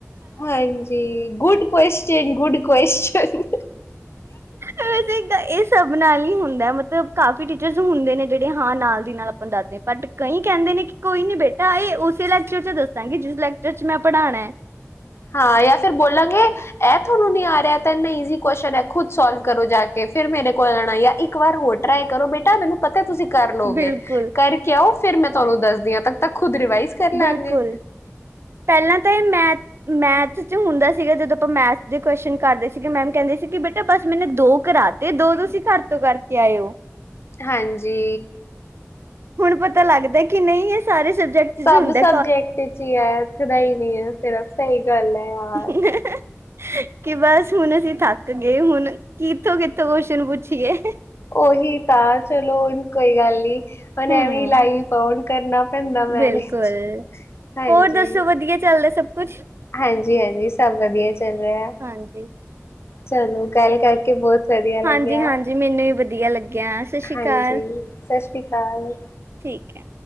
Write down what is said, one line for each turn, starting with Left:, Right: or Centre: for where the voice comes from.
Left: ਹਾਂਜੀ, ਗੁਡ ਕੁਸ਼ਚਨ ਗੁਡ ਕੁਸ਼ਚਨ।
Right: ਵੈਸੇ ਇਹ ਤਾਂ ਸਭ ਨਾਲ ਨੀ ਹੁੰਦਾ ਮਤਲਬ ਕਾਫ਼ੀ ਟੀਚਰਸ ਹੁੰਦੇ ਨੇ ਜਿਹੜੇ ਹਾਂ ਨਾਲ ਦੀ ਨਾਲ ਆਪਾਂ ਦੱਸਦੇ, ਬਟ ਕਈ ਕਹਿੰਦੇ ਨੇ ਕੋਈ ਨੀ ਬੇਟਾ ਇਹ ਉਸੇ ਲੈਕਚਰ ਚ ਦੱਸਾਂਗੇ ਜਿਸ ਲੈਕ ਜੇ ਚ ਮੈਂ ਪੜ੍ਹਾਣਾ ਐ।
Left: ਹਾਂ ਜਾਂ ਫਿਰ ਬੋਲਾਂਗੇ ਐ ਤੁਹਾਨੂੰ ਨੀ ਆ ਰਿਹਾ, ਐ ਤਾਂ ਐਨਾ ਈਜ਼ੀ ਕੋਸਚਨ ਐ, ਖ਼ੁਦ ਸੋਲਵ ਕਰੋ ਜਾ ਕੇ ਫਿਰ ਮੇਰੇ ਕੋਲ ਆਣਾ ਜਾਂ ਇੱਕ ਵਾਰ ਹੋਰ ਟਰਾਈ ਕਰੋ ਬੇਟਾ ਮੈਨੂੰ ਪਤਾ ਤੁਸੀਂ ਕਰ ਲਉਗੇ,
Right: ਬਿਲਕੁਲ
Left: ਕਰਕੇ ਆਓ ਫਿਰ ਮੈਂ ਤੁਹਾਨੂੰ ਦੱਸਦੀ ਹਾਂ ਤਦ ਤੱਕ ਖ਼ੁਦ ਰਿਵਾਈਜ਼ ਕਰ
Right: ਬਿਲਕੁਲ,
Left: ਲਾਂਗੇ
Right: ਪਹਿਲਾਂ ਤਾਂ ਇਹ ਮੈ ਮੈਥ ਚ ਹੁੰਦਾ ਸੀਗਾ ਜਦੋਂ ਤੋਂ ਮੈਥ ਦੇ ਕੁਸ਼ਚਨ ਕਰ ਰਹੇ ਸੀਗੇ, ਮੈਮ ਕਹਿੰਦੇ ਸੀ ਕਿ ਬੇਟਾ ਬਸ ਮੈਨੂੰ ਦੋ ਕਰਾ ਤੇ ਦੋ ਤੁਸੀਂ ਘਰ ਤੋਂ ਕਰਕੇ ਆਏ ਓ।
Left: ਹਾਂਜੀ।
Right: ਹੁਣ ਪਤਾ ਲੱਗਦਾ ਕਿ ਨਹੀਂ ਇਹ ਸਾਰੇ ਸਬਜੈਕਟ
Left: ਸਭ
Right: ਚ ਹੁੰਦਾ
Left: ਸਬਜੈਕਟ ਚ ਹੀ ਐ, ਇੱਥੇ ਹੈ ਨੀ ਐ ਫੇਰ ਸਹੀ ਗੱਲ ਐ ਯਾਰ।
Right: ਕਾਲਜ ਕਿ ਬਸ ਹੁਣ ਅਸੀਂ ਥੱਕ ਗਏ, ਹੁਣ ਕਿੱਥੋਂ ਕਿੱਥੋਂ ਕੁਸ਼ਚਨ ਪੁੱਛੀਏ।
Left: ਉਹੀ ਤਾਂ ਚਲੋ ਹੁਣ ਕੋਈ ਗੱਲ ਨੀ, ਹੁਣ
Right: ਹੂੰ
Left: ਐਵੇਂ ਲਾਈਫ ਔਨ ਕਰਨਾ ਪੈਂਦਾ ਮੈਨੇਜ,
Right: ਬਿਲਕੁਲ
Left: ਹਾਂਜੀ।
Right: ਹੋਰ ਦੱਸੋ ਵਧੀਆ ਚੱਲਦਾ ਏ ਸਭ ਕੁਛ?
Left: ਹਾਂਜੀ ਹਾਂਜੀ, ਸਭ ਵਧੀਆ ਚੱਲ ਰਿਆ।
Right: ਹਾਂਜੀ
Left: ਚਲੋ ਗੱਲ ਕਰਕੇ ਬਹੁਤ ਵਧੀਆ
Right: ਹਾਂਜੀ
Left: ਲੱਗਿਆ।
Right: ਹਾਂਜੀ ਮੈਨੂੰ ਵੀ ਵਧੀਆ ਲੱਗਿਆ। ਸਤਿ ਸ਼੍ਰੀ
Left: ਹਾਂਜੀ,
Right: ਅਕਾਲ
Left: ਸਸ ਸੀ ਕਾਲ।
Right: ਠੀਕ ਐ।